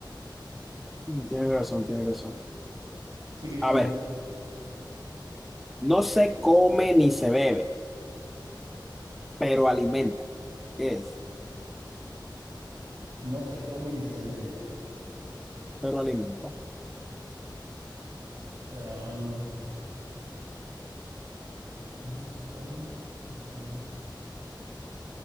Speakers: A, in the centre; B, on the right (about 65°).
A: Tienes razón, tienes razón.
B: Sigues
A: A
B: tú.
A: ver, no se come ni se bebe, pero alimenta. ¿Qué es?
B: No se come ni se bebe.
A: Pero alimenta.
B: Am, no se come ni se bebe.